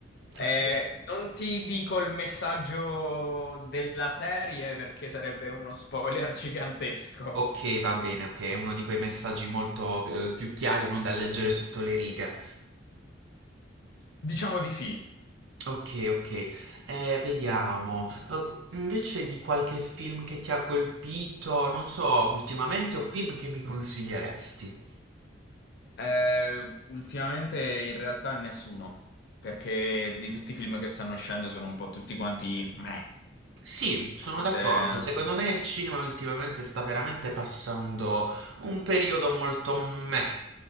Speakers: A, on the left (about 60°); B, on the right (about 80°).
A: Eh,
B: Ok.
A: non ti dico il messaggio della serie perché sarebbe uno spoiler <laughs> gigantesco.
B: Ok, va bene, ok, è uno di quei messaggi molto eh, più chiari, non da leggere sotto le righe.
A: Diciamo di sì.
B: Ok, ok, eh, vediamo. Eh, c- invece di qualche film che ti ha colpito, non so, ultimamente o film che mi consiglieresti?
A: Eh, ultimamente in realtà nessuno, perché di tutti i film che stanno uscendo sono un po' tutti quanti meh,
B: Sì, sono
A: cose...
B: d'accordo. Secondo me il cinema ultimamente sta veramente passando un periodo molto meh.